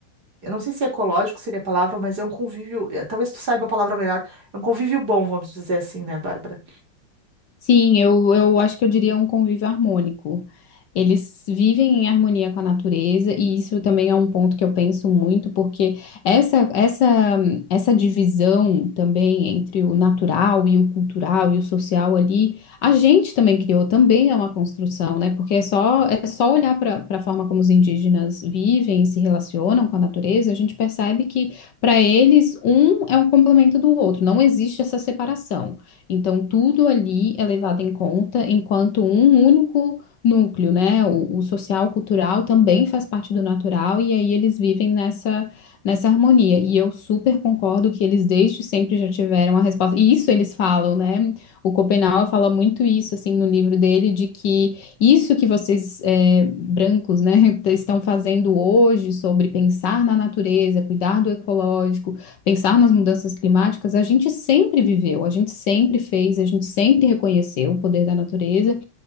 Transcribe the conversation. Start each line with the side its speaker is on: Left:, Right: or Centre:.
Right: eu não sei se é ecológico seria a palavra, mas é um convívio, eh, talvez tu saiba a palavra melhor, é um convívio bom, vamos dizer assim, né, Bárbara?
Left: Sim, eu, eu acho que eu diria um convívio harmônico. Eles vivem em harmonia com a natureza, e isso também é um ponto que eu penso muito, porque essa, essa, essa divisão também entre o natural e o cultural e o social ali, a gente também criou, também é uma construção, né? Porque é só, é só olhar para a forma como os indígenas vivem e se relacionam com a natureza, a gente percebe que, para eles, um é um complemento do outro, não existe essa separação. Então, tudo ali é levado em conta, enquanto um único núcleo, né? O, o social, cultural também faz parte do natural, e aí eles vivem nessa, nessa harmonia. E eu super concordo que eles desde sempre já tiveram a resposta. E isso eles falam, né? O Schopenhauer fala muito isso, assim, no livro dele, de que isso que vocês, eh, brancos, né, <laughs> estão fazendo hoje sobre pensar na natureza, cuidar do ecológico pensar nas mudanças climáticas, a gente sempre viveu, a gente sempre fez, a gente sempre reconheceu o poder da natureza,